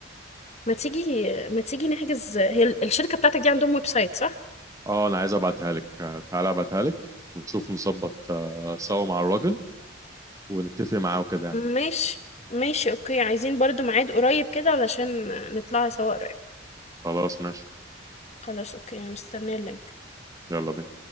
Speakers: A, on the left; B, on the right.
A: ما تيجي ما تيجي نحجز هي ال- الشركة بتاعتك دي عندهم ويب سايت صح؟
B: اه أنا عايز أبعتها لك آه، تعالى أبعتها لك ونشوف نظبط آه، سوا مع الراجل ونتفق معاه وكده يعني
A: ماشي ماشي اوكي عايزين برضو ميعاد قريب كده علشان نطلع سوا قريب
B: خلاص ماشي
A: خلاص اوكي انا مستنيه اللينك
B: يلا بينا